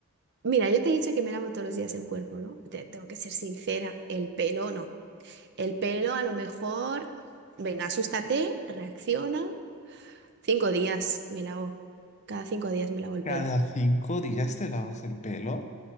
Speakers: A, on the right; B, on the left.
A: Mira, yo te he dicho que me lavo todos los días el cuerpo, ¿no? Te tengo que ser sincera, el pelo no. El pelo, a lo mejor, venga, asústate, reacciona. Cinco días me lavo. Cada cinco días me lavo el
B: ¿Cada
A: pelo.
B: cinco días te lavas el pelo?